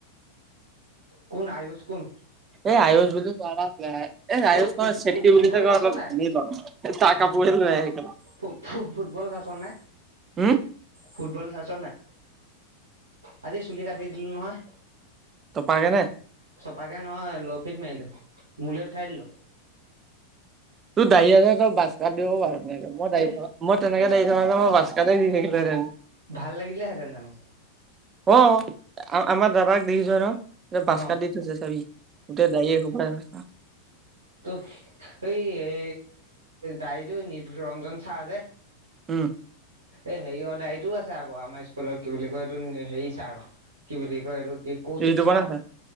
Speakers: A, on the right (about 70°); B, on the right (about 25°).
A: কোন আয়ুষ কোন?
B: এই আয়ুস বুলি ল'ৰা আছিল এ' আয়ুস
A: ঐ ফুট
B: নহয় চেত্ৰী
A: ফুটবল
B: বুলি কয়
A: চাইছ
B: অলপ
A: নাই
B: ধনী ল'ৰাটো -- কাপোৰে লৈ আহে,
A: ফ ফুটবল চাছ নাই,
B: হম
A: ফুটবল চাইছ নাই আজি চুলি কাটি দিলো নহয়।
B: পাগেনে।
A: চপাকে নহয় লফিত মাৰিলো মলৈ উঠাই দিলো।
B: তোৰ দাৰি <unintelligible> মই দি মই তেনেকে,
A: সেই
B: মই দাৰি থকা হেতেন <unintelligible> দি থাকিলো হেতেন,
A: ভাল লাগিলেহেঁতেন জানো।
B: অ আমাৰ দাদাক দেখি চএ ন, এ ভচ
A: অ
B: কা দি থৈছে চাবি গোটেই দাইয়া খোপাই,
A: ত এই এ দাইটো নি ৰঞ্জন চাহ যে,
B: উম,
A: এ হেৰিয় দাইটো আছে আকৌ আমাৰ স্কুলত কি বুলি কয় এইটো হেৰি চাৰ কি বুলি কয় এইটো, কি কৌশিক
B: ঋতুপৰ্ণা
A: চা
B: ছাৰ